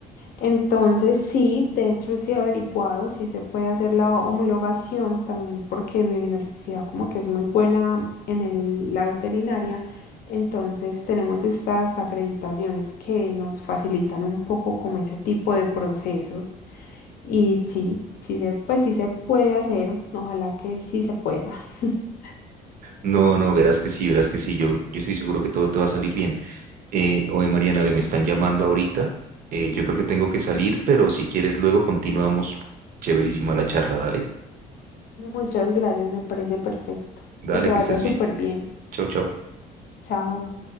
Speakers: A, on the left; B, on the right.
A: Entonces sí, de hecho sí he averiguado si se puede hacer la homologación también porque mi universidad como que es muy buena en el- la veterinaria, entonces tenemos estas acreditaciones que nos facilitan un poco como ese tipo de procesos y sí, sí se, pues sí se puede hacer, ojalá que sí se pueda. <laughs>
B: No, no, verás que sí, verás que sí, yo, yo estoy seguro que todo te va a salir bien. Eh, oye, Mariana, ve, me están llamando ahorita. Eh, yo creo que tengo que salir, pero si quieres luego continuamos. Chéverísima la charla, dale.
A: Muchas gracias, me parece perfecto.
B: Dale,
A: Que te vaya
B: que estés
A: súper
B: bien.
A: bien.
B: Chau, chau.
A: Chao.